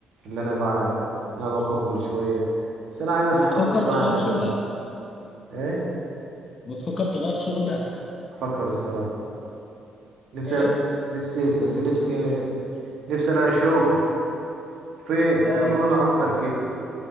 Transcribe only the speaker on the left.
بتفكر
تغير
شغلك
بتفكر تغير شغلك
ايه
اه